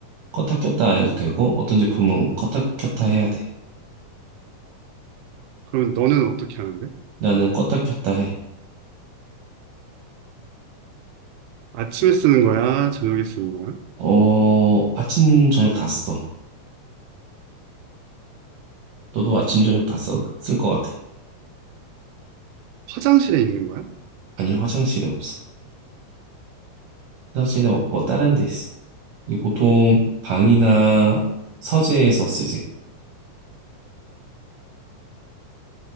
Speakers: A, on the right (about 65°); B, on the right (about 80°).
A: 껐다 켰다 안 해도 되고, 어떤 제품은 껐다 켰다 해야 돼.
B: 그러면 너는 어떻게 하는데?
A: 나는 껐다 켰다 해.
B: 아침에 쓰는 거야? 저녁에 쓰는 거야?
A: 어, 아침, 저녁 다 써. 너도 아침, 저녁 다 써, 쓸 것 같아.
B: 화장실에 있는 거야?
A: 아니, 화장실이 없어. 화장실은 없고 다른 데 있어. 이 보통 방이나 서재에서 쓰지.